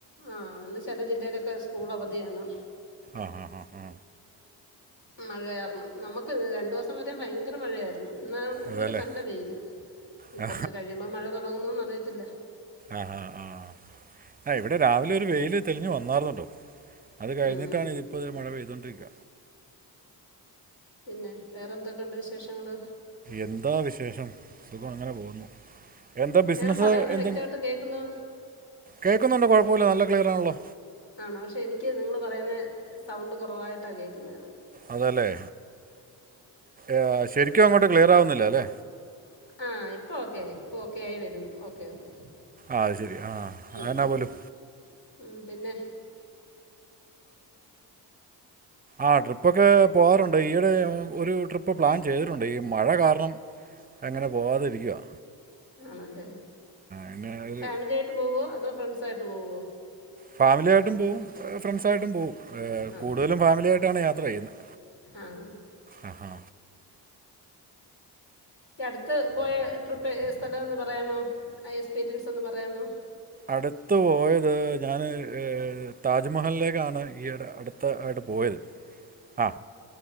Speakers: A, on the left; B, on the right.
A: ആഹ ഇന്ന് ചെല ജില്ലെലൊക്കെ സ്കൂളവധിയാണ്
B: ആഹ ഹാ ഹാ ഹ.
A: മഴയാർന്നു നമ്മക്ക് രണ്ടൂസം വരെ ഭയങ്കര മഴയായിരന്നു. ഇന്ന ഇന്നൊരു
B: അതല്ലേ
A: നല്ല വെയില് ഇനി
B: ആ
A: കുറച്ച് കഴിയുമ്പോൾ മഴ തുടങ്ങുന്നന്ന് അറിയത്തില്ല
B: ആഹ ആ ആഹ് ആ ഇവിടെ രാവിലെ ഒരു വെയില് തെളിഞ്ഞു വന്നാർന്നട്ടോ അത് കഴിഞ്ഞിട്ടാണ്
A: ഉം
B: ദേ ഇപ്പൊരു മഴ പെയ്തോണ്ടിരിക്ക
A: പിന്നെ വേറെന്തൊക്കുണ്ട് വിശേഷങ്ങള്?
B: എന്താ വിശേഷം സുഖ അങ്ങനെ പോകുന്നു. എന്താ ബിസിനസ്സ്
A: ഞാൻ പറയുന്ന
B: എന്ത?
A: വ്യക്തമായിട്ട് കേൾക്കുന്നോ
B: കേക്കുന്നുണ്ട് കൊഴപ്പില്ല നല്ല ക്ലിയറാണല്ലോ
A: ആണോ പക്ഷെ എനിക്ക് നിങ്ങള് പറയുന്ന സൗണ്ട് കുറവായിട്ടാ കേക്കുന്നത്
B: അതല്ലേ ആ ശരിക്കു അങ്ങോട്ട് ക്ലിയർ ആവുന്നില്ല അല്ലെ.
A: ആഹ് ഇപ്പൊ ഓക്കെയായി ഇപ്പൊ ഓക്കെയായി വരുന്നു ഓക്കെ. ഓക്കെ
B: അയ്ശെരി ആഹ്
A: ഉം
B: എന്നാ പോലും.
A: ഉം പിന്നെ
B: ആ ട്രിപ്പൊക്കെ പോവാറുണ്ട് ഈയിടെ ഒരു ട്രിപ്പ് പ്ലാൻ ചെയ്തിട്ടുണ്ട് ഈ മഴ കാരണം അങ്ങനെ പോവാതെരിക്കുവാ
A: ആണല്ലേ
B: പിന്നെ ഒരു
A: ഫാമിലിയായിട്ട് പോവോ അതോ ഫ്രണ്ട്സായിട്ട് പോവോ
B: ഫാമിലിയാട്ട്. പോവും ഫ്രണ്ട്സായിട്ടും പോവും
A: ആ
B: കൂടുതലും ഫാമിലിയായിട്ടാണ് യാത്ര ചെയ്യുന്നത്.
A: ആ
B: ആ ഹാ
A: ഈ അടുത്ത് പോയ ട്രിപ്പ് ഏ സ്ഥലന്ന് പറയാമോ ആ എക്സ്പീരിയൻസ് ഒന്ന് പറയാമോ
B: അടുത്ത പോയത് ഞാന് താജ്മഹലിലേക്കാണ് ഈടെ അടു ആയിട്ട് പോയത് ആ